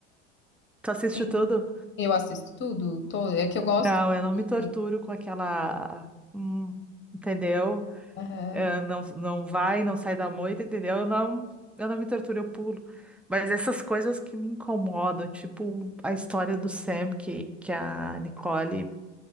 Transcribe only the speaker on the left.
Entendi.
Eu assisto tudo, todo. É que eu gosto.
de-
Aham.